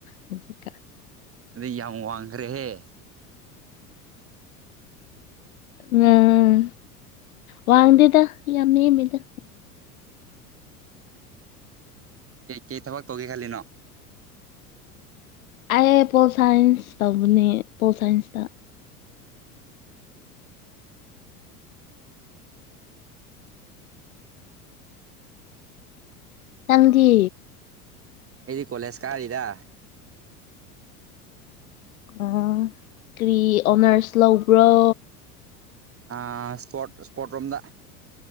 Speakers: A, on the left (about 65°); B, on the right (about 30°).
A: ꯍꯧꯖꯤꯛꯀꯥꯟ
B: ꯑꯗꯨꯗꯩ ꯌꯥꯝ ꯋꯥꯡꯈ꯭ꯔꯦꯍꯦ
A: ꯎꯝ ꯋꯥꯡꯗꯦꯗ ꯌꯥꯝ ꯅꯦꯃꯤꯅꯦ
B: ꯀꯩ ꯀꯩ ꯊꯕꯛ ꯀꯧꯒꯦ ꯈꯜꯂꯤꯅꯣ
A: ꯑꯩ ꯄꯣꯜ ꯁꯥꯏꯟꯁ ꯇꯧꯕꯅꯦ ꯄꯣꯜ ꯁꯥꯏꯟꯁꯇ ꯇꯪꯒꯤ
B: ꯑꯩꯗꯤ ꯀꯣꯂꯦꯖ ꯀꯥꯔꯤꯗ
A: ꯑ ꯀꯔꯤ ꯑꯣꯅꯔꯁ ꯂꯧꯕ꯭ꯔꯣ
B: ꯑ ꯏꯁꯄꯣꯔꯠ ꯏꯁꯄꯣꯔꯠ ꯔꯣꯝꯗ